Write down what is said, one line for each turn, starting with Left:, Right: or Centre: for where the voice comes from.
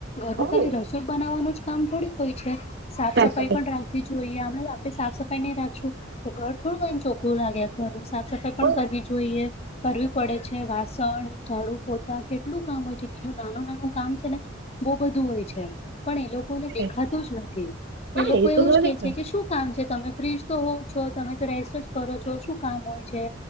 Left: ઘરનું
Right: હવ
Left: ખાલી રસોઈ બનાવવાનું જ કામ થોડીક હોય છે સાફ
Right: સાચી
Left: સફાઈ પણ રાખ જોઈએ આપણે સાફ સફાઈ નહી, રાખશું તો ઘર થોડું એમ ચોખ્ખું લાગે ઘ સાફ સફાઈ
Right: વાત
Left: પણ કરવી જોઈએ. કરવી પડે છે વાસણ ઝાડુ પોતા કેટલું કામ હોય છે બીજું નાનું નાનું કામ છે ને, બહુ બધું હોય છે પણ એ લોકોને દેખાતું
Right: છે.
Left: જ નથી
Right: હા
Left: એ લોકો
Right: તો
Left: એવું
Right: ના
Left: જ કે
Right: દેખાય
Left: છે, કે શું? કામ છે તમે ફ્રીજ તો હોવ છો તમે તો રેસ્ટ જ કરો છો શું કામ હોય છે.